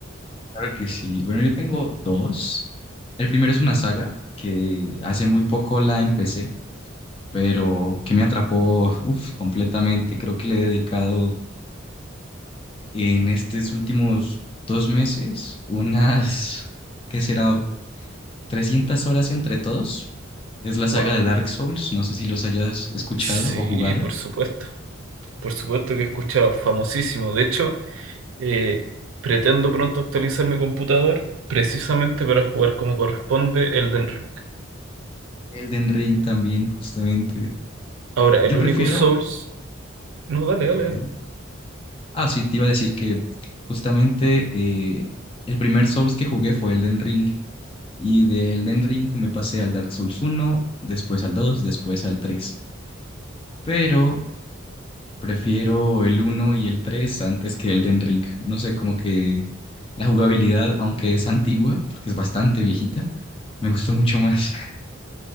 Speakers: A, on the left; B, on the right.
A: claro que sí. Bueno, yo tengo dos. El primero es una saga que hace muy poco la empecé, pero que me atrapó, uf, completamente. Creo que le he dedicado en estos últimos dos meses unas, ¿qué será? 300 horas entre todos. Es la saga
B: Wow.
A: de Dark Souls, no sé si los hayas escuchado
B: Sí,
A: o jugado.
B: por supuesto. Por supuesto que he escuchado, famosísimo. De hecho, eh, pretendo pronto actualizar mi computador precisamente para jugar como corresponde Elden Ring.
A: Elden Ring también, justamente.
B: Ahora,
A: Yo
B: el único
A: prefiero,
B: Souls. No, dale, dale,
A: ok.
B: dale.
A: Ah, sí, te iba a decir que justamente eh, el primer Souls que jugué fue Elden Ring. Y de Elden Ring me pasé al Dark Souls uno, después al 2, después al 3. Pero Prefiero el uno y el 3 antes que Elden Ring. No sé, como que la jugabilidad, aunque es antigua, porque es bastante viejita, me gustó mucho más. <laughs>